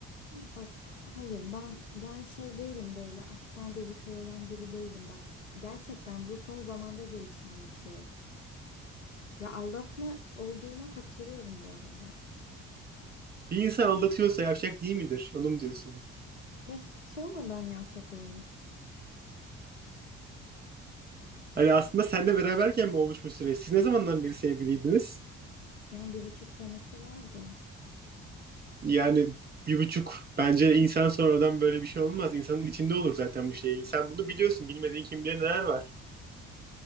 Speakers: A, on the left; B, on the right.
A: Bak hayır ben yani şey değilim böyle aşktan gözü kör olan biri değilim. Bak gerçekten bu son zamanda gelişen bir şey. Ya aldatma olduğuna katılıyorum bu arada.
B: Bir insan aldatıyorsa yavşak değil midir? Onu mu diyorsun?
A: Ya s- sonradan yavşak olmuş.
B: Hani aslında senle beraberken mi olmuş bu süreç? Siz ne zamandan beri sevgiliydiniz?
A: Yani bir buçuk senesi vardı.
B: Yani bir buçuk bence insan sonradan böyle bir şey olmaz. İnsanın içinde olur zaten bu şey. Sen bunu biliyorsun. Bilmediğin kim bilir neler var.